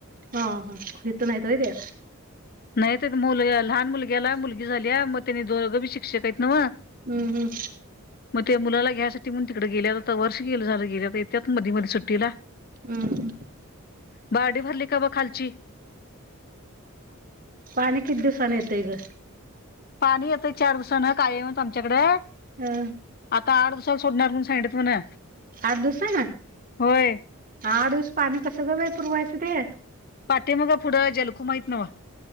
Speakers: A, on the right (about 40°); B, on the left (about 45°).
A: हा हा. हित नाहीत होय ते.
B: नाही तर मुल लहान मुल ग्याला, मुलगी झालीया मग त्यानी दोघ बी शिक्षक आहेत नव,
A: हम्म हम्म.
B: म ते मुलाला घ्यायसाठी म्हणून तिकड गेल्या, आता वर्ष गेल झाल गेल्यात, आता येत्यात. मधी मधी सुट्टीला,
A: हम्म हम्म
B: बारडी भरली का बघ खालची? सैपाक
A: पाणी किती दिवसानी येतंय ग?
B: पाणी येतंय चार दिवसान, कायमच आमच्याकड आता
A: अ
B: आठ दिव सान सोडणार म्हनुन सांगितलित म्हण.
A: आठ दिवसान?
B: होय.
A: आठ दिवस पाणी कसं ग बाई! पुरवायचं ते.
B: पाठीमागं पुढं जलखूम हाईत न्हव.